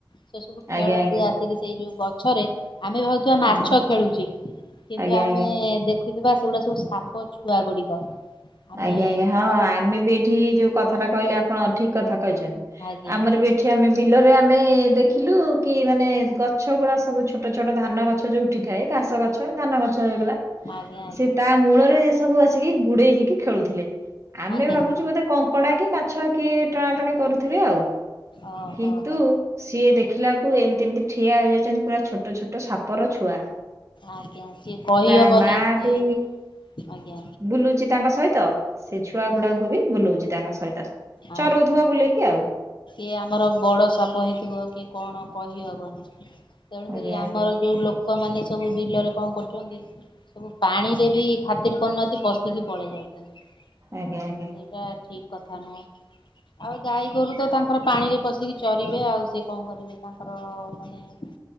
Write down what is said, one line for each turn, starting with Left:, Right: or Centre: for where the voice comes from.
Left: ସେ ସବୁ ଖେଳନ୍ତି
Right: ଆଜ୍ଞା ଆଜ୍ଞା
Left: ଆ କିନ୍ତୁ ସେଇ ଯୋଉ ଗଛରେ ଆମେ ଭାବୁଥିବା ମାଛ
Right: ଆଜ୍ଞା
Left: ଖେଳୁଛି କିନ୍ତୁ
Right: ଆଜ୍ଞା
Left: ଆ
Right: ଆଜ୍ଞା।
Left: ମେ ଦେଖୁଥିବା ସେଗୁଡା ସବୁ ସାପ ଛୁଆ ଗୁଡିକ। ଆମେ
Right: ଆଜ୍ଞା ଆଜ୍ଞା ହଁ
Left: ଆଜ୍ଞା
Right: ଆମେ ବି ଏଇଠି ଯୋଉ କଥାଟା କହିଲେ ଆପଣ ଠିକ୍ କଥା କହିଛନ୍ତି
Left: ଆଜ୍ଞା
Right: ଆମର ବି ଏଠି ଆମେ ବିଲରେ ଆମେ ଦେଖିଲୁ କି ମାନେ ଗଛ ଗୁଡା ସବୁ ଛୋଟ ଛୋଟ ଧାନ ଗଛ ଯୋଉ ଉଠି ଥାଏ କାସ ଗଛ ଧାନ ଗଛ ହେଇଗଲା।
Left: ଆଜ୍ଞା ଆଜ୍ଞା
Right: ସେ ତା ମୂଳରେ ସବୁ ଆସିକି ଗୁଡେଇ ହେଇକି ଖେଳୁଥିଲେ ଆମେ
Left: ଆଜ୍ଞା
Right: ଭାବୁଛୁ ବୋଧେ କ ଙ୍କଡା କି ମାଛ କିଏ ଟଣା ଟଣି କରୁଥିବେ ଆଉ
Left: ଓହୋ
Right: କିନ୍ତୁ
Left: ହୋ
Right: ସିଏ ଦେଖିଲାକୁ ଏମିତି ଏମିତି ଠିଆ ହେଇଯାଉଚନ୍ତି ପୁରା ଛୋଟ ଛୋଟ ସାପର ଛୁଆ।
Left: ଆଜ୍ଞା ସିଏ କହିହବନି
Right: ତା ମାଆ
Left: ସିଏ
Right: ବି
Left: ଆଜ୍ଞା
Right: ବୁଲୁଚି ତାଙ୍କ ସହି ତ ସେ ଛୁଆ ଗୁଡାଙ୍କୁ ବି ବୁଲଉଚି ତାଙ୍କ ସହିତ। ଚରଉଥିବ
Left: ଆ ହଁ।
Right: ବୁଲେଇକି ଆଉ
Left: ଇଏ ଆମର ବଡ଼ ସାପ ହେଇଥିବ କି କଣ କହି ହବନି। ତେଣୁ କରି
Right: ଆଜ୍ଞା
Left: ଆମର
Right: ଆଜ୍ଞା
Left: ଯୋଉ ଲୋକମାନେ ସବୁ ବିଲରେ କଣ କରୁଚନ୍ତି ସବୁ ପାଣିରେ ବି ଖାତିର୍ କରୁନାହାନ୍ତି ପସିକି ପଳେଇ ଯାଉଚନ୍ତି।
Right: ଆଜ୍ଞା ଆଜ୍ଞା।
Left: ସେଇଟା ଠିକ୍ କଥା ନୁହେଁ। ଆଉ ଗାଈ ଗୋରୁ ତ ତାଙ୍କର ପାଣିରେ ପସିକି ଚରିବେ ଆଉ ସେ କଣ କରିବେ ତାଙ୍କର ମାନେ ଏଁ